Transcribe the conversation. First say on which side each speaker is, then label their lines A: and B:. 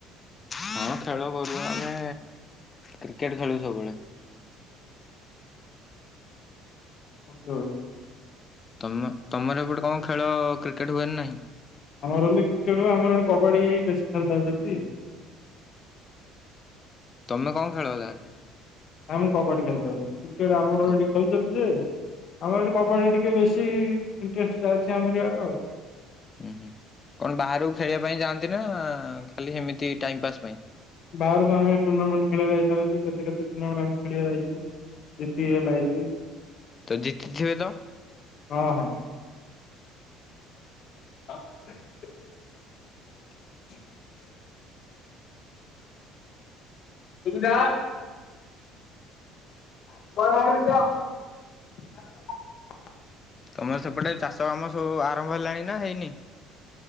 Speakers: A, on the left; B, on the left.
A: ହଁ ଖେଳ କରୁ ଆମେ କ୍ରିକେଟ ଖେଳୁ ସବୁବେଳେ।
B: ହୁଁ।
A: ତମ ତମର ଏପଟେ କଣ ଖେଳ କ୍ରିକେଟ୍ ହୁଏନା ନାହିଁ।
B: ଆମର ବି କ୍ରିକେଟ ହୁଏ। ଆମର ଆଡେ କବାଡ଼ି ବେଶୀ ଖେଳିଥାଉ ସେଠି।
A: ତମେ କଣ ଖେଳ ତାହେଲେ?
B: ହଁ, ମୁଁ କବାଡି ଖେଳିଥାଉଚି। କ୍ରିକେଟ ଆମର
A: କ
B: ଏଇଠି ଖେଳୁଛନ୍ତି ଯେ ଆମର ଏଠି କବାଡ଼ି ଟିକେ ବେଶୀ ଇଣ୍ଟରେଷ୍ଟଟ ଥାଉଛି, ଆମର ଇଆଡେ ଆଉ।
A: ହୁଁ, ହୁଁ। କଣ ବାହାରକୁ ଖେଳିବା ପାଇଁ ଯାଆନ୍ତି ନା, ଖାଲି ଏମିତି ଟାଇମ ପାସ୍ ପାଇଁ?
B: ବାହାରକୁ ଆମେ ଟୁର୍ଣ୍ଣାମେଣ୍ଟ ଖେଳିବା ଯାଇଥାଉଛୁ। କେତେ କେତେ ପିଲାଗୁଡ଼ାକ ଖେଳିବା ଯାଇଛୁ। ଜିତିକି ହେଲେ ଆଇଚୁ।
A: ତ, ଜିତିଥିବେ ତ?
B: ହଁ, ହଁ। <unintelligible> <inaudible> <unintelligible> <unintelligible>
A: ତମର ସେପଟେ ଚାଷ କାମ ସବୁ ଆରମ୍ଭ ହେଲାଣି ନା, ହେଇନି?